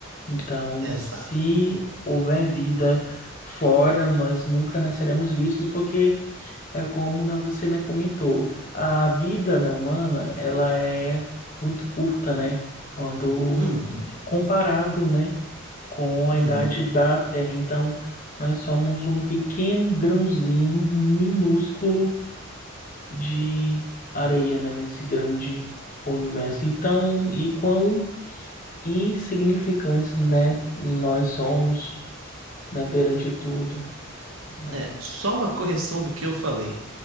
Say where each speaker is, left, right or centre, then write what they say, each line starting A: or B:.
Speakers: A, on the left (about 40°); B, on the right (about 70°).
A: Então,
B: exato.
A: se houver vida fora, nós nunca, né, seremos vistos porque é como, né, você, né, comentou, a vida, né, humana, ela é muito curta, né, quando
B: Uhum,
A: comparado, né, com a
B: uhum.
A: idade da Terra. Então, nós somos um pequeno grãozinho minúsculo de areia, né, nesse grande universo. Então, e quão insignificantes, né, nós somos, né, perante tudo, né?
B: É, só uma correção do que eu falei.